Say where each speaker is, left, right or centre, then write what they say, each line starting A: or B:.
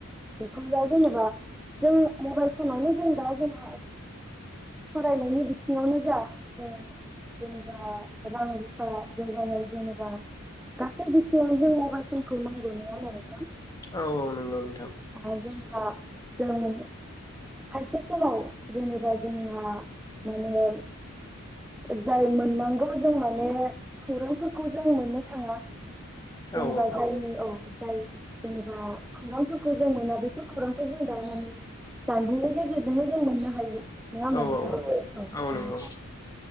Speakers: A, in the centre; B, on the left.
A: बेखौ दा जेनेबा जों मबाइल फनावनो जों दा जेनेबा जों फरायनायनि बिथिङावनो जा जों जेनेबा रां रुफा जौगानाय जेनेबा गासै बिथिङावनो जों मबाइलफोरखौ नांगौ नङा होमबा नोंथां
B: औ औ नंगौ नोंथां
A: औ जेनेबा जों खायसे समाव जेनेबा जोंहा माने जाय मोननांगौ जों माने खौरांफोरखौ जों मोननो थाङा जेनेबा
B: औ औ
A: जायनि औ दाय जेनेबा खौरांफोरखौ जों मोना बेफोर खौरांखौ जों तारमाने जानबुंनि गेजेरजोंनो जों मोनो हायो नङा होनबा
B: औ
A: नोंथां
B: औ नंगौ औ औ नंगौ औ नंगौ औ